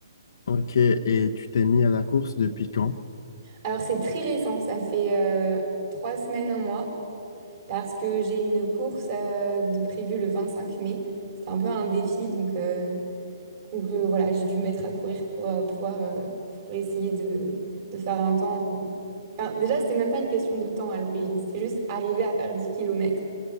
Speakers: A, on the left; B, on the right.
A: Ok, et tu t'es mis à la course depuis quand?
B: Alors, c'est très récent. Ça fait euh, trois semaines, un mois. Parce que j'ai une course euh, de prévue le 25 mai. C'était un peu un défi. Donc, euh, donc euh, voilà, j'ai dû me mettre à courir pour euh, pouvoir euh, pour essayer de, de faire un temps. Enfin, déjà, c'était même pas une question de temps à l'origine. C'était juste arriver à faire 10 kilomètres.